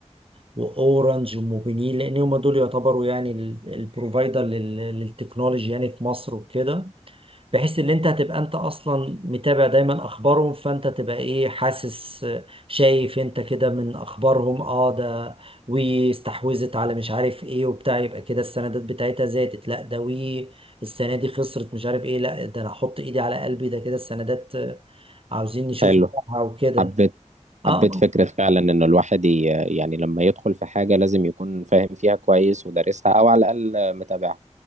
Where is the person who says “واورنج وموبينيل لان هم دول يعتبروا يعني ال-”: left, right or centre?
Right